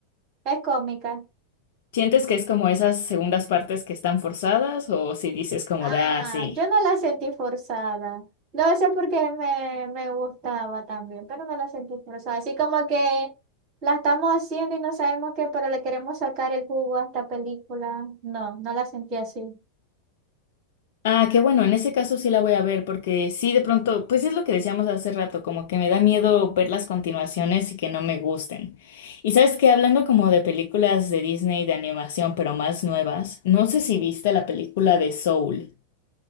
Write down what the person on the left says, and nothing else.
¿Sientes que es como esas segundas partes que están forzadas o si dices como
da, sí?
Ah, qué bueno, en ese caso sí la voy a ver, porque sí, de pronto, pues es lo que decíamos hace rato, como que me da miedo ver las continuaciones y que no me gusten. Y sabes que hablando como de películas de Disney de animación, pero más nuevas, no sé si viste la película de Soul.